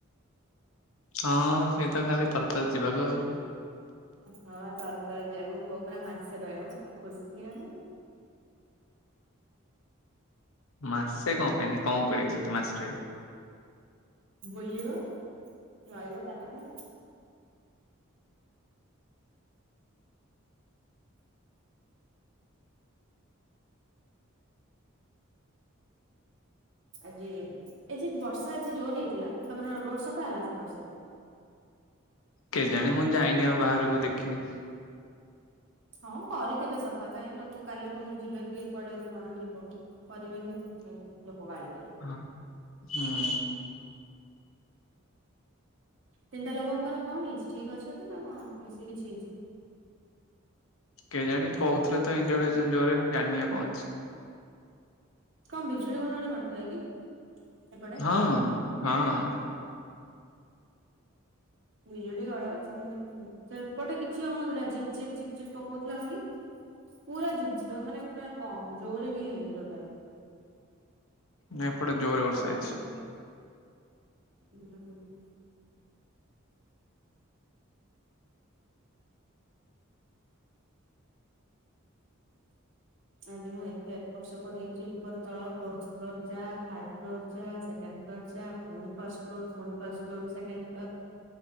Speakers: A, on the left; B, on the right.
A: ହଁ ସେଇ ତ ଖାଲି ଥର ଥର ଯିବାକୁ ଆଉ।
B: ହଁ ଆ ତର ତର ଯିଆକୁ ହୋଉ ପୁରା ମାସେ ରହିବ ପୁରା ଖୁସି ମାନେ
A: ମାସେ କଣ ପାଇଁ କଣ କରିବେ ସେଠି ମାସେ ରହିକି?
B: ବୁଲିବ ରହିବ ତା ପାଖେ। ଆଜି ଏ ଯେ ବର୍ଷା ଆଜି ଜୋରରେ ହେଇଥିଲା ତମର ରୋଡ ସଫା ହେଲା ସେପଟ ସାଇଟ୍?
A: କେଜାଣି ମୁଁ ଯାଇନି ଆଉ ବାହାରକୁ ଦେଖିନି।
B: ହଁ କରିଥିବେ ସଫା କାଇହିଁ ଲୋକ କାଲି ପୁଣି ଯିବେ କିଏ କୁଆଡେ କଣ ଯିବ। କରିବେନି ଲୋକ ଗାଳି କରିବେ।
A: ହୁଁ।
B: ତିନିଟା ଲୋକଙ୍କର କଣ ହେଇଛି ଠିକ ଅଛନ୍ତି ନା କଣ ବେଶୀ କିଛି ହେଇଛି?
A: କେଜାଣି କହୁଥିଲେ ତ ଇଞ୍ଜୁର୍ଡ ହେଇଚନ୍ତି ଜୋରରେ ଜାନିନି ଆଉ କଣ ହେଇଚି,
B: କଣ ବିଜୁଳି ଘଡଘଡି ମାରୁଥିଲା କି? ଏପଟେ
A: ହଁ ହଁ।
B: ବିଜୁଳି ଘଡଘଡି ସେମନୀ ସେପଟେ କିଛି ହଉନଥିଲା ଝିପ୍ ଝିପ୍ ଝିପ୍ ଝିପ୍ ପକଉଥିଲା ଖାଲି ପୁରା ଝିପ୍ ଝିପ୍ ମାନେ ପୁରା କମ ଜୋର ବି ହେଇନି ଟୋଟାଲି,
A: ନଁ ଏପଟେ ଜୋରରେ ବର୍ଷା
B: ଏପଟେ
A: ହେଇଛି।
B: ଖାଲି <inaudible> ଆଜି ମୁଁ ଏତେ ଏପଡ୍ ସେପଡ୍ ହେଇଚି ଉପର ତଳ ଫୋର୍ଥ ଫ୍ଲୋର ଯା, ଥାର୍ଡ ଫ୍ଲୋର ଯା, ସେକେଣ୍ଡ ଫ୍ଲୋର ଯା, ପୁଣି ଫାର୍ଷ୍ଟ ଫ୍ଲୋର ପୁଣି ଫାର୍ଷ୍ଟ ଫ୍ଲୋର ରୁ ସେକେଣ୍ଡ ଫ୍ଲୋର,